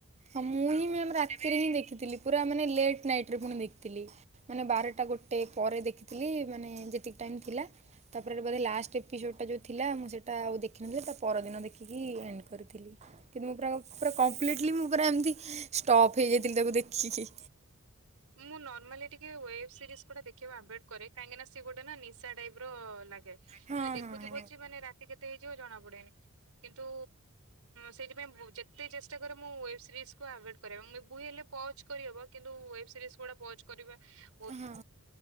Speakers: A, on the right (about 30°); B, on the right (about 75°).
A: ହଁ ମୁଁ ହିଁ ମ ରାତିରେ ହିଁ ଦେଖିଥିଲି ପୁରା ମାନେ ଲେଟ ନାଇଟରେ ପୁଣି ଦେଖିଥିଲି। ମାନେ ବାରଟା ଗୋଟେ ପରେ ଦେଖିଥିଲି ମାନେ ଯେତିକି ଟାଇମ ଥିଲା ତାପରେ ବୋଧେ ଲାଷ୍ଟ ଏପିସୋଡ ଟା ଯୋଉ ଥିଲା ମୁଁ ସେଇଟା ଆଉ ଦେଖିନଥିଲି ତା ପରଦିନ ଦେଖିକି ଏଣ୍ଡ କରିଥିଲି। କିନ୍ତୁ ପ ମୁ ପୁରା ଏମିତିଷ୍ଟପ୍ ହେଇଯାଇଥିଲି ତାକୁ ଦେଖିକି।
B: ମୁଁ ନର୍ମାଲି ଟିକେ ଉଏଫ୍। ସିରିସ୍‌ ଗୁଟା ଦେଖିବାକୁ ଆଭଏଡ କରେ କାହିଁକିନା ସେ ଗୋଟେ ନା ନିଶା ଟାଇପ ର ଲାଗେ
A: ହଁ
B: ମାନେ ଦେଖୁଥିବ
A: ହଁ ହଁ।
B: ମାନେ ରାତି କେତେ ହେଇଯିବ ଜଣା ପଡେନି କିନ୍ତୁ ସେଥିପାଇଁ ଯେତେ ଚେଷ୍ଟାରେ ମୁଁ ୱେବ ସିରିଜ୍କୁ ଆଭଏଡ କରିଆ ମୁଁ କହିମି ବୁ ହେଲେ ପଚ କରିହବ କିନ୍ତୁ ୱେବ କୁ ପହଞ୍ଚ <unintelligible> କରିବା
A: ହଁ